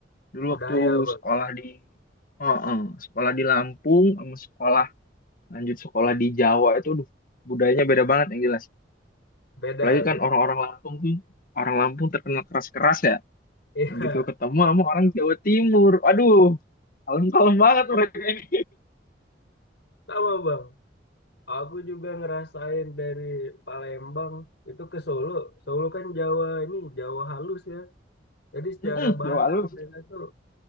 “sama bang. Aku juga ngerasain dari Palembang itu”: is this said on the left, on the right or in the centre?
Left